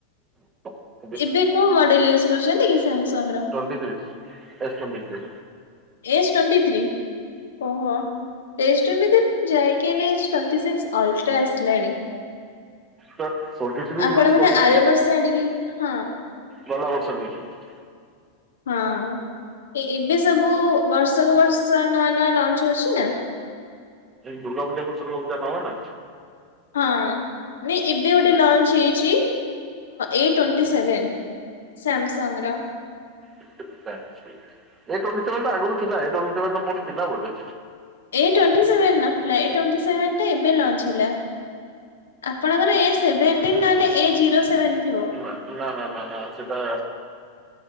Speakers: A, on the right; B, on the left.
A: ହ
B: ଏବେ କୋଉ ମଡେଲ ୟୁଜ୍ କରୁଛନ୍ତି କି ସାମସଙ୍ଗ ର?
A: Twenty three, S twenty three.
B: S twenty three. ଓହୋ। ଏସ୍ ଟୋଣ୍ଟି ଥ୍ରୀ ଯାଇକି ଏଇନା ଏସ୍ ଟୋଣ୍ଟି ଥ୍ରୀ ଅଲଟ୍ରା ଆସିଲାଣି।
A: ତ ଟ୍ୱେଣ୍ଟି ଥ୍ରୀ
B: ଆପଣ
A: ୟୁଜ୍
B: ମତେ
A: କରୁଛି
B: ଆର ବର୍ଷ ଏଡିକି ହଁ
A: ଗଲ ବର୍ଷ <unintelligible>
B: ହଁ ଏବେ ସବୁ ବର୍ଷକୁ ବର୍ଷ ନୂଆ ନୂଆ ଲଞ୍ଚ ହଉଛି ନା।
A: ଦୁର୍ଗା ପୂଜା କୁ ଦୁର୍ଗା ପୂଜା ନେବାନା।
B: ହଁ ନାଇଁ ଏବେ ଗୋଟେ ଲଞ୍ଚ ହେଇଛି। ଏ ଟ୍ୱେଣ୍ଟି ସେଭେନ୍ ସାମସଙ୍ଗ ର।
A: ଆଛା ଏ ଟ୍ୱେଣ୍ଟି ସେଭେନ୍ ଆଗରୁ ଥିଲା ଏ ଟ୍ୱେଣ୍ଟି ସେଭେନ୍ ଟା ମୋର ଥିଲା ବୋଧେ।
B: ଏ ଟ୍ୱେଣ୍ଟି ସେଭେନ୍ ନଥିଲା ଏ ଟ୍ୱେଣ୍ଟି ସେଭେନ୍ଟା ଏବେ ଲଞ୍ଚ ହେଲା। ଆପଣଙ୍କର ଏ ସେଭେନଟିନ ନହେଲେ ଏ ଜିରୋ ସେଭେନ ଥିବ।
A: ନା ନା ନା ନା ସେଟା